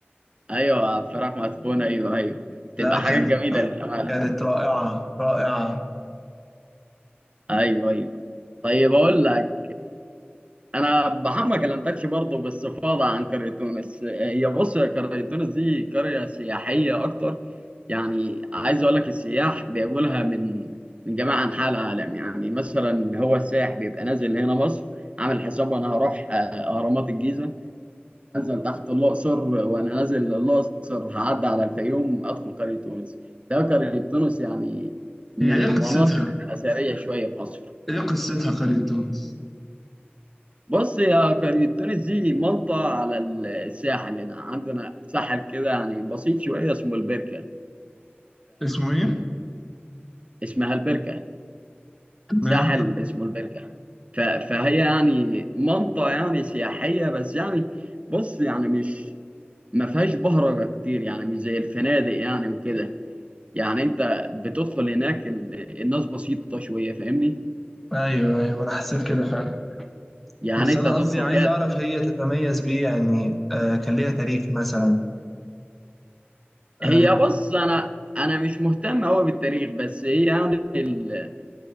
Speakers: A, on the right (about 30°); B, in the centre.
A: أيوه فراخ مسكونة أيوه أيوه
B: لا
A: تبقى
B: كانت
A: حاجات جميلة للأمانة
B: كانت رائعة رائعة
A: أيوه أيوه طيب أقول لك انا بحب ما كلمتكش برضه باستفاضه عن قريه تونس هي بص يا قريه تونس دي قريه سياحيه اكتر يعني عايز اقول لك السياح بيجوا لها من من جميع انحاء العالم يعني مثلا هو السائح بيبقى نازل هنا مصر عامل حسابه انا هروح آه، اهرامات الجيزه انزل تحت الاقصر وانا نازل الاقصر هعدي على الفيوم ادخل قريه تونس ده قريه تونس يعني من
B: هي ايه
A: المناطق
B: قصتها؟
A: الاثريه شويه في مصر
B: ايه قصتها قرية تونس؟
A: بص يا قرية تونس دي منطقة على الساحل هنا عندنا ساحل كده يعني بسيط شوية اسمه البركة
B: اسمه ايه؟
A: فاسمها البركة
B: تمام
A: ساحل اسمه البركة ف- فهي يعني منطقة يعني سياحية بس يعني بص يعني مش ما فيهاش بهرجة كتير يعني مش زي الفنادق يعني وكده يعني انت بتدخل هناك ال- الناس بسيطة شوية فاهمني
B: ايوه ايوه انا حسيت كده فعلا
A: يعني
B: بس
A: انت
B: أنا
A: تدخل
B: قصدي عايز
A: كده
B: أعرف هي تتميز بإيه يعني آه كان ليها تاريخ مثلا آه
A: هي بص انا انا مش مهتم قوي بالتاريخ بس هي يعني اللي